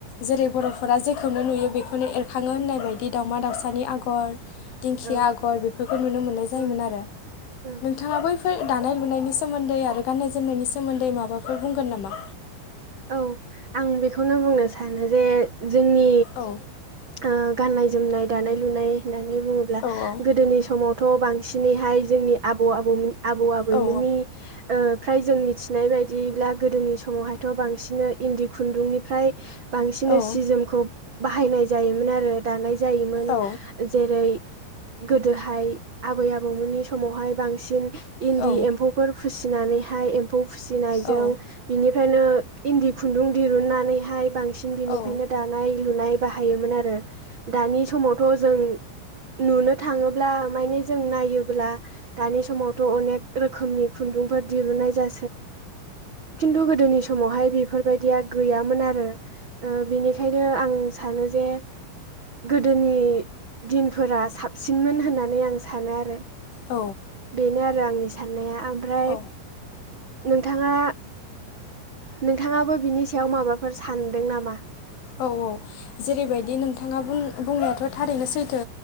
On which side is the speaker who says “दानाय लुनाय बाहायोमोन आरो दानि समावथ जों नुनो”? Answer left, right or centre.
Right